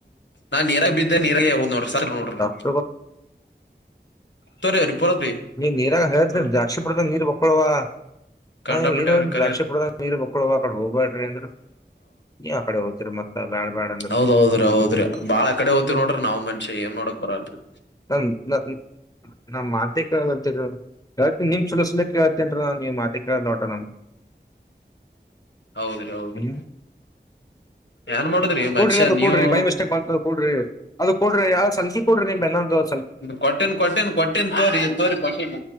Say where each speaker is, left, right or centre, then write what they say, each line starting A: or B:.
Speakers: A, on the left; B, on the left.
A: ನಾನ್ ನೀರಾಗ ಬಿದ್ದೆ ನೀರಾಗ ನೋಡ್ರಿ ಸರ್ ನೋಡ್ರಿ.
B: <inaudible> ತ
A: ತೋರಿ ಅವ್ರಿ ಪೂರತ್ರಿ
B: ನಿರಾ <inaudible> ಹರ್ಷಪದ
A: ಹ
B: ನೀರು ಒಕ್ಕಳುವ ನಾ
A: ಕಂಡಾಪಟ್ಟೆ
B: ಏನ್ ಹೇಳಿ
A: ಅವ್ರಿ ಕರೆ
B: ದ್ರಾಕ್ಷಿ ಪಡದ ನೀರು ಬಕ್ಕಳ ಆ ಕಡೆ ಹೋಗಬೇಡ್ರಿ ಅಂದ್ರ ನೀ ಆ ಕಡೆ ಹೋಗ್ತರಿ ಮತ್ತ ಬ್ಯಾಡ್ ಬ್ಯಾಡ್ ಅಂದ್ರ
A: ಹೌದ್ೌದ್ರೀ ಹೌದ್ರಿ ಬಾಳ ಕಡೆ ಹೋಗ್ತವಿ ನೋಡ್ರಿ ನಾವ್ ಮನ್ಷ್ಯ ಏನ್ ನೋಡಕ್ ಬರಲ್ರರಿ.
B: ಹ್ಮ್ಮ್ಮ <inaudible> ನಮ್ ಮಾತೆ ಕಾ ಅಲ್ ಕೇಳ್ತ ನಿಮ್ ಸಲ ಸಲ ಕೇಳ್ತೇನ್ೀ ನಮ್ಗೆ ಮಾತೆ ಕಾ ನೋಟ ನಮ್ <inaudible>
A: ಹೌದ್ರಿ ಹೌದ್ರಿ
B: ನೀ
A: ಏನ್ ಮಾಡುದ್ರಿ ಮನುಷ್ಯ
B: ಕೂಡ್ರಿ ಅದು
A: ನೀವು
B: ಕೂಡ್ರಿ ಬೈ ಮಿಸ್ಟೇಕ್ ಮಾಡ್ತ ಕೂಡ್ರಿ ಅದು ಕೊಡ್ರರಿ ಯಾವ ಸಲ್ಫ ಕೊಡ್ರಿ ನಿಮ್ ಬೆನ್ನೊಂದುಲ್
A: ಕೊಟ್ಟನ್ ಕೊಟ್ಟೀನ್ ಕೊಟ್ಟೀನ್ ತೋರಿ ತೋರಿ ಕೊಟ್ಟನ್.